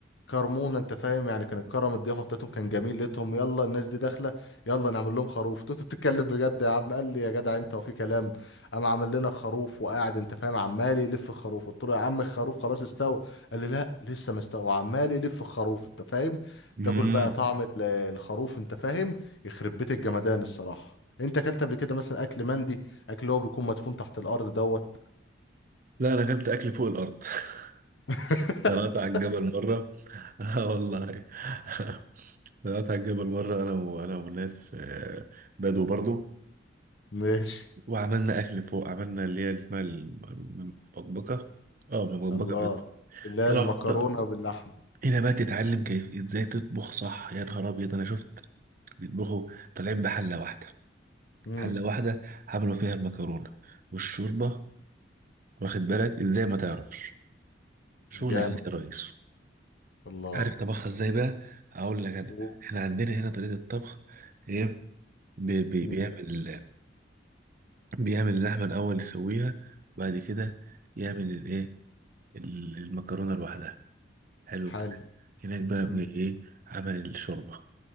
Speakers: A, on the left; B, on the right.
A: كرمونا انت فاهم يعني كان الكرم الضيافه بتاعتهم كان جميل لقيتهم يلا الناس دي داخله يلا نعمل لهم خروف انت بتتكلم بجد يا عم قال لي يا جدع انت وفي كلام قام عامل لنا خروف وقاعد انت فاهم عمال يلف الخروف قلت له يا عم الخروف خلاص استوى قال لي لا لسه ما استوى وعمال يلف الخروف انت فاهم
B: امم
A: تاكل بقى طعم ال- الخروف انت فاهم يخرب بيت الجمدان الصراحه انت اكلت قبل كده مثلا اكل مندي اكل اللي هو بيكون مدفون تحت الارض دوت
B: لا انا اكلت اكل فوق الارض <laughs>
A: <laughs>
B: طلعت على الجبل مره اه والله <laughs> طلعت على الجبل مره انا وانا وناس آه، بدو برضو
A: ماشي
B: وعملنا اكل فوق عملنا اللي هي اللي اسمها الم- المبكبكه اه المبكبكه
A: الله
B: بس
A: اللي هي
B: طلعوا
A: المكرونه باللحمه
B: هنا بقى تتعلم كيف ازاي تطبخ صح يا نهار ابيض انا شفت بيطبخوا طالعين بحله واحده
A: امم
B: حله واحده عملوا فيها المكرونه والشوربه واخد بالك ازاي ما تعرفش شغل
A: جامد
B: عالي يا ريس
A: الله
B: عارف طبخها ازاي بقى اقول لك انا
A: أوه.
B: احنا عندنا هنا طريقه الطبخ ايه بي بي
A: مم.
B: بيعمل بيعمل اللحمه الاول يسويها وبعد كده يعمل الايه المكرونه لوحدها حلو الكلام
A: حلو
B: هناك بقى
A: مم.
B: بي- ايه عمل الشوربه